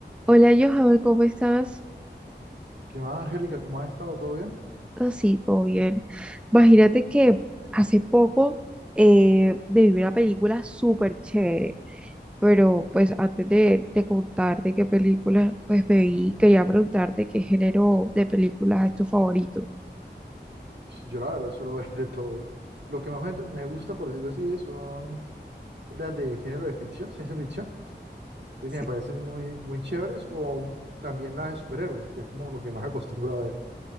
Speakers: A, in the centre; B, on the right.
A: Hola Johan, ¿cómo estás?
B: ¿Qué más, Angélica? ¿Cómo has estado? ¿Todo bien?
A: Así, todo bien. Imagínate que hace poco eh, me vi una película súper chévere, pero pues antes de, de contarte qué película pues me vi, quería preguntarte qué género de películas es tu favorito.
B: Sí, Yo la verdad suelo <laughs> ver de todo. Lo que más me, me gusta, por decirlo así, son las de género de ficción, ciencia ficción, de
A: Sí,
B: que me parecen muy, muy chéveres, o también las de superhéroes, que es como lo que más <laughs> acostumbro a ver.